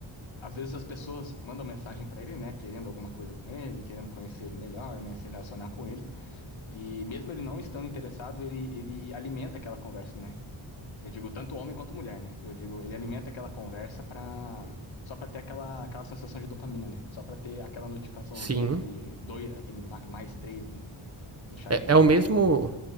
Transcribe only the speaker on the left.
às vezes as pessoas mandam mensagem pra ele, né, querendo alguma coisa com ele, querendo conhecer ele melhor, né, se relacionar com ele. E mesmo ele não estando interessado, ele, ele alimenta aquela conversa, né? Eu digo tanto homem quanto mulher, né? Eu digo, ele alimenta aquela conversa pra... só pra ter aquela, aquela sensação de dopamina, né? Só pra ter aquela notificaçãozinha,
aquele, dois, aquele ma- mais três no, no chatzinho
do Instagram.